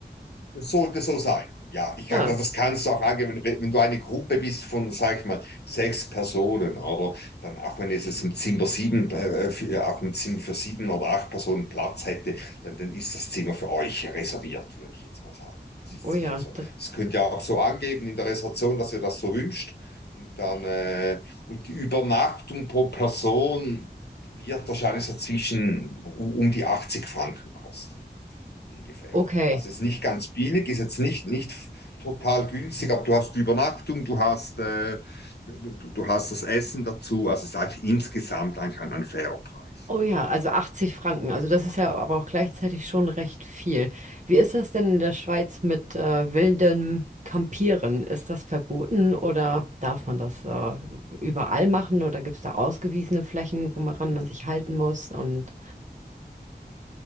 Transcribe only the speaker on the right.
Ah,
oh
ja,
d-
okay.
Oh ja, also 80 Franken. Also das ist ja aber auch gleichzeitig schon recht viel. Wie ist das denn in der Schweiz mit äh, wildem Campieren? Ist das verboten oder darf man das äh, überall machen oder gibt es da ausgewiesene Flächen, woran man sich halten muss? Und